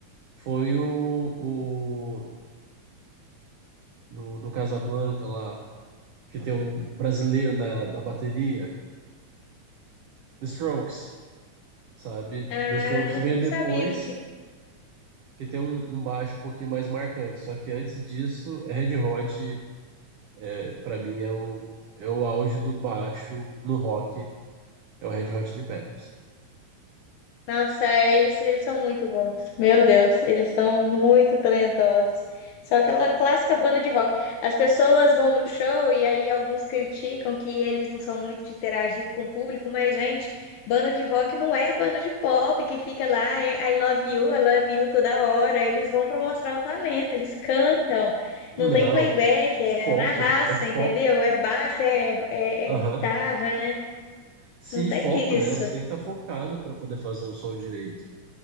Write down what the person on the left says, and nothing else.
Ah,
não,
não
sabia que
Nossa, é, eles, eles são muito bons. Meu Deus, eles são muito talentosos. São aquela clássica banda de rock. As pessoas vão no show e aí alguns criticam que eles não são muito de interagir com o público, mas, gente, banda de rock não é banda de pop que fica lá, é I love you, I love you toda hora. Eles vão para mostrar o talento, eles cantam,
não tem playback,
é na raça,
entendeu? É baixo, é, é
é guitarra, né?
Não tem
isso.